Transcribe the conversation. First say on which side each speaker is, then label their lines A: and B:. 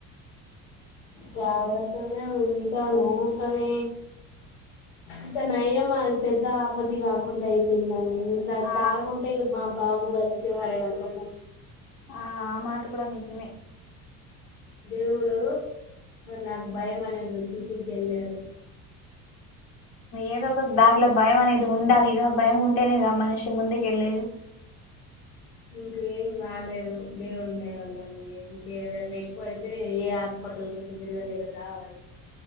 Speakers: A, on the left; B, on the left.
A: జాగ్రత్తగానే ఉంటాము కానీ ఇంకా నయం అది పెద్ద ఆపతి కాకుండా అయిపోయిందండి ఇంకా
B: ఆ
A: తాగుంటే ఇక మా బాబు బతికేవాడే కదు
B: ఆ ఆ మాట కూడా నిజమే
A: దేవుడు నాకు భయం అనేది చూపించి వెళ్ళాడు
B: ఏదో ఒక దారిలో భయం అనేది ఉండాలిగా భయం ఉంటేనేగా మనిషి ముందుకి కెళ్లేది
A: ఇంక ఏం కాలేదు దేవుని దయవల్ల అండి ఇంకేదనా ఎక్కువ అయితే ఏ హాస్పిటల్ చుట్టూ తిరగలే కవాల్